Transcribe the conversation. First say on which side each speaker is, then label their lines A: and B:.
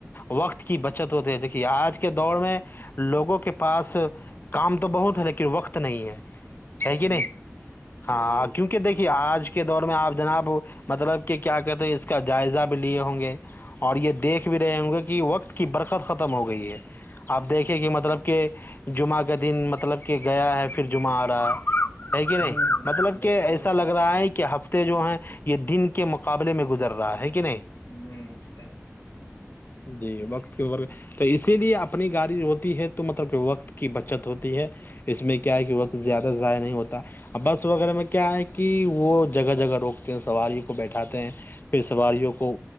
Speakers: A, on the left; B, on the left.
A: وقت کی بچت ہوتے ہے دیکھیے آج کے دور میں لوگوں کے پاس کام تو بہت ہے لیکن وقت نہیں ہے ہے
B: ہوں
A: کہ نہیں
B: صحیح
A: ہاں
B: ہے
A: کی کہ دیکھیے آج کے دور میں آپ جناب مطلب کہ کیا کہتے ہیں اس کا جائزہ بھی لیے ہوں گے اور یہ دیکھ بھی رہے ہوں گے کہ وقت کی برکت ختم ہو گئی ہے آپ دیکھیں کہ مطلب کہ جمعہ کا دن مطلب کہ گیا ہے پھر جمعہ آ رہا ہے ہے کہ نہیں
B: ہوں
A: مطلب
B: بس
A: کہ
B: تو
A: ایسا
B: بہت
A: لگ رہا ہے کہ ہفتے جو ہیں یہ دن کے مقابلے میں گزر رہا ہے کہ نہیں
B: ہوں اھ
A: جی وقت کے اور تو اسی لیے اپنی گاڑی ہوتی ہے <unintelligible> تو مطلب کہ وقت کی بچت ہوتی ہے اس میں کیا ہے کہ وقت زیادہ ضائع نہیں ہوتا <unintelligible> بس وغیرہ میں کیا ہے کہ وہ جگہ جگہ روکتے ہیں سواریوں کو بیٹھاتے ہیں پھر سواریوں کو